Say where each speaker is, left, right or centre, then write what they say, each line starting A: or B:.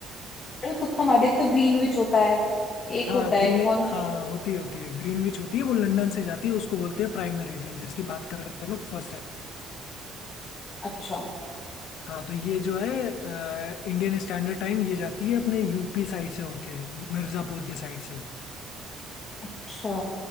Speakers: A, on the left; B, on the left.
A: अरे मैं तुक्का मारे एक तो ग्रीनविच होता है एक
B: हाँ
A: होता है
B: ग्रीन
A: कौन सा
B: हाँ होती है होती है ग्रीनविच होती है वो लंदन से जाती है उसको बोलते हैं प्राइम मेरिडियन जिसकी बात कर रहे हैं लोग फर्स्ट टाइम
A: अच्छा
B: हाँ तो ये जो है इंडियन स्टैंडर्ड टाइम ये जाती है अपने यूपी साइड से होके मिर्जापुर की साइड से
A: अच्छा